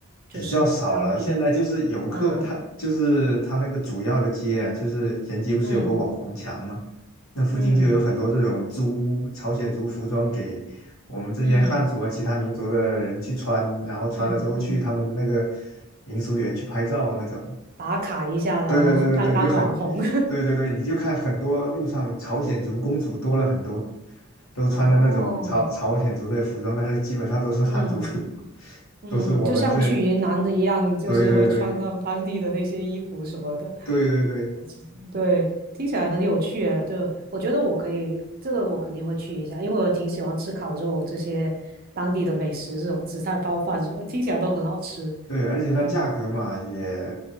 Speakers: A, on the right (about 40°); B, on the left (about 70°).
A: 就是当地，
B: 比较少了。现在就是游客，
A: 嗯
B: 他就是他那个主要的街啊，就是延吉不是有个网红墙吗？
A: 嗯
B: 那附近就有很多这种租朝鲜族服装给我们这些汉族啊、
A: 嗯嗯
B: 其他民族的人去穿，然后穿了之后去他们的那个
A: 嗯嗯，
B: 民俗园去拍照啊那种。
A: 打卡一下，然后
B: 对对对对对，
A: <laughs> 当当网红，
B: 就很，对对对，你就看很多路上朝鲜族公主多了很多，都穿的那种朝朝鲜族的服装，
A: <laughs> 哦，
B: 但是基本上都是汉族，
A: 嗯。
B: <laughs>
A: 嗯，
B: 都是我们这，
A: 就像去云南的一样，就是会穿他们当地的那些衣服什么的。
B: 对对对对对对，
A: 我其实对，听起来很有趣诶，就我觉得我可以，这个我肯定会去一下，因为我挺喜欢吃烤肉这些当地的美食，这种紫菜包饭什么，听起来都很好吃。
B: 对，而且它价格嘛，
A: 嗯，
B: 也